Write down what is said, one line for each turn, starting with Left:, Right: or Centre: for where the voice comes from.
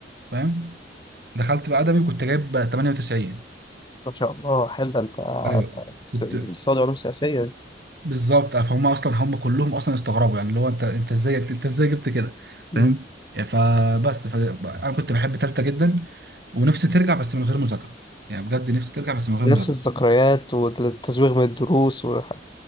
Right: فاهم دخلت بقى ادبي وكنت جايب 98
Left: ما شاء الله حلو ده انت
Right: ايوه
Left: س-
Right: كنت
Left: اقتصاد وعلوم سياسية دي.
Right: بالظبط آه، فهم اصلا هم كلهم اصلا استغربوا يعني اللي هو انت انت ازاي انت, انت ازاي جبت كده
Left: مم.
Right: فاهم يعني فبس ف... انا كنت بحب تالتة جدا ونفسي ترجع بس من غير مذاكره يعني بجد نفسي ترجع بس من غير
Left: نفس
Right: مذاكره
Left: الذكريات والتزويغ من الدروس والح...